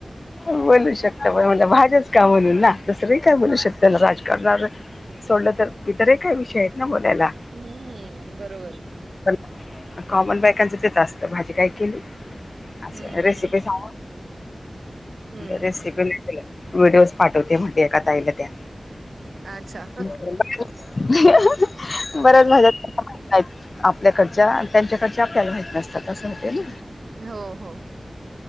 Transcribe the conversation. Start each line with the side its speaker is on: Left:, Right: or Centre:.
Left: बोलू शकता पण म्हनल भाज्याच का म्हनून ना दुसरं ही काय बोलू शकत ना राजकारणावर सोडलं तर इतरही काय विषय आहेत ना बोलायला
Right: हम्म हम बरोबर
Left: पण कॉमन बायकांचं तेच असत भाजी काय केली असं
Right: हम्म
Left: रेसिपी
Right: हम्म
Left: सांग
Right: हम्म
Left: रेसिपी
Right: हम्म.
Left: व्हिडिओज पाठवते म्हणते एका ताईला त्या
Right: अच्छा
Left: ह-ह-ह बऱ्याच भाज्या आपल्याकडच्या अन् त्यांच्याकडच्या आपल्याला माहित नसतात असं होतय ना
Right: हो हो